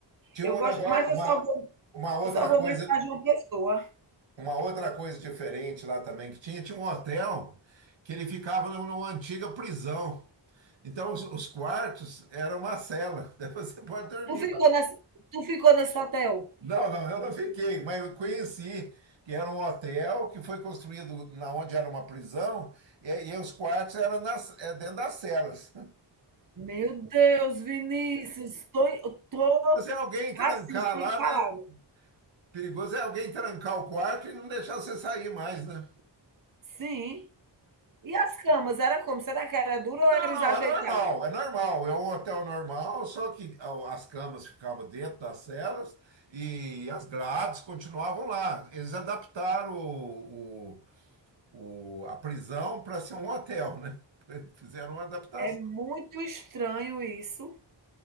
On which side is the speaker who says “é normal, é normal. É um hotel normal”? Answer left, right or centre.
Right